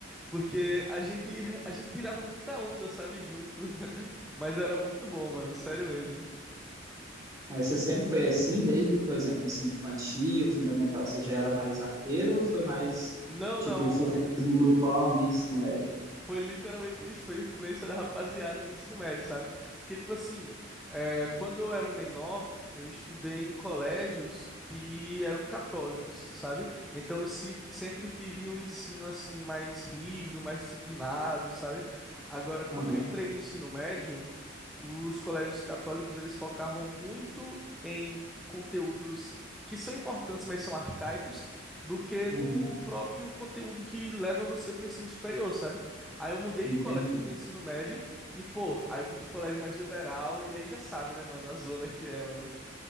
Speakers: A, in the centre; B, on the right.
A: Porque a gente, a gente tirava muita onda, sabe, junto. <laughs> Mas era muito bom, mano, sério mesmo.
B: Mas você sempre foi assim, desde, o, por exemplo, ensino infantil, fundamental, você já era mais arteiro ou foi mais,
A: Não,
B: tipo,
A: não.
B: influência do grupão do ensino médio?
A: Foi literalmente isso, foi influência da rapaziada do ensino médio, sabe? Porque, tipo assim, é, quando eu era menor, eu estudei em colégios que eram católicos, sabe? Então eu se- sempre tive um ensino assim mais rígido, mais disciplinado, sabe? Agora, quando
B: Aham,
A: eu entrei no ensino médio, os colégios católicos, eles focavam muito em conteúdos que são importantes, mas são arcaicos, do que
B: uhum,
A: no próprio conteúdo que leva você para o ensino superior, sabe? Aí eu mudei
B: entendi.
A: de colégio do ensino médio e, pô, aí eu fui pro colégio mais liberal e aí já sabe, né, mano, a zona que é, mano.